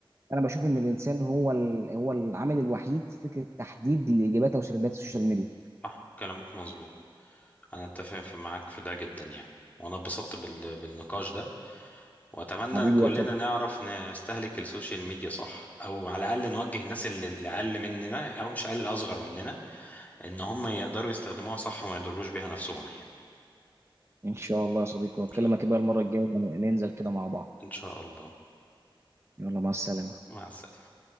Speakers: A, on the right; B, on the left.
A: انا بشوف ان الانسان هو ال... هو العامل الوحيد في فكره تحديد لاجاباتها وسردات السوشيال ميديا
B: صح كلامك مظبوط انا اتفق في- معاك في ده جدا يعني وانا اتبسطت بال... بالنقاش ده واتمنى
A: حبيبي
B: ان كلنا
A: يا صديقي
B: نعرف نستهلك السوشيال ميديا صح او على الاقل نوجه الناس اللي اللي اقل مننا او مش اقل اصغر مننا ان هم يقدروا يستخدموها صح وما يضروش بيها نفسهم يعني
A: ان شاء الله يا صديقي
B: ان
A: واكلمك
B: شاء الله
A: بقى المره الجايه ننزل كده مع بعض
B: ان شاء الله
A: يلا مع السلامه
B: مع السلامة